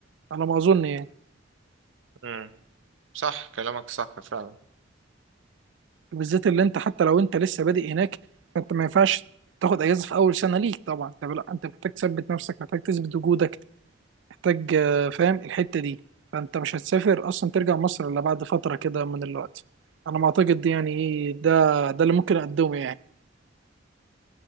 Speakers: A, on the right; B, on the right.
A: على ما اظن يعني
B: مم. صح كلامك صح فعلا
A: بالذات اللي انت حتى لو انت لسه بادئ هناك فانت ما ينفعش تاخد اجازه في اول سنه ليك طبعا انت لا انت محتاج تثبت نفسك محتاج تثبت وجودك محتاج آه، فاهم الحته دي فانت مش هتسافر اصلا ترجع مصر الا بعد فتره كده من الوقت انا ما اعتقد دي يعني ايه ده ده اللي ممكن اقدمه يعني